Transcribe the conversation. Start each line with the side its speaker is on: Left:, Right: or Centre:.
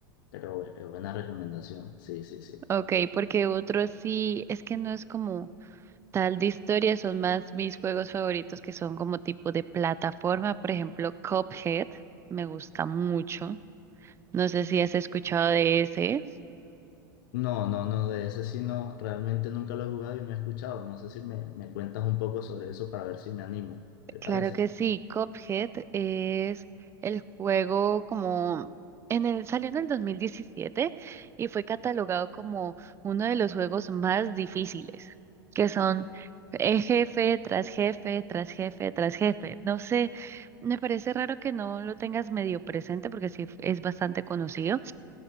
Left: Pero bu- eh, buena recomendación. Sí, sí, sí.
Right: ok, porque otros sí, es que no es como tal de historia, son más mis juegos favoritos que son como tipo de plataforma, por ejemplo, Cuphead, me gusta mucho. No sé si has escuchado de ese.
Left: No, no, no, de ese sí no, realmente nunca lo he jugado y no he escuchado. No sé si me, me cuentas un poco sobre eso para ver si me animo. ¿Te
Right: Claro
Left: parece?
Right: que sí, Cuphead es el juego como en el, salió en el 2017 y fue catalogado como uno de los juegos más difíciles, que son eh, jefe tras jefe, tras jefe, tras jefe. No sé, me parece raro que no lo tengas medio presente porque sí es bastante conocido.